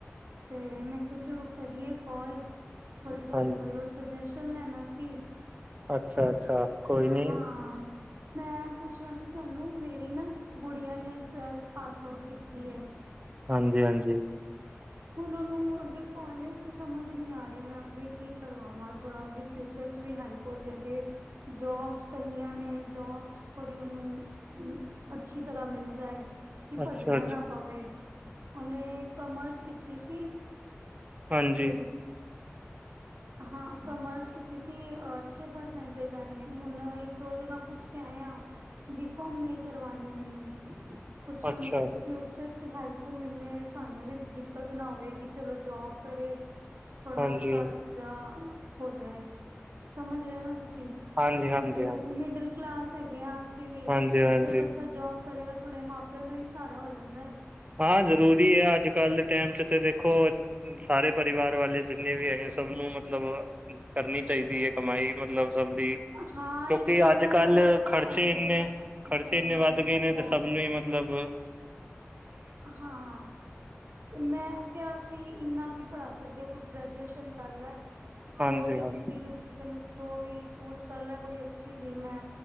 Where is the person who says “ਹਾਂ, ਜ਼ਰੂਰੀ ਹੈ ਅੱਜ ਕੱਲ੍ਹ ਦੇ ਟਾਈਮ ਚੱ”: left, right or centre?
Right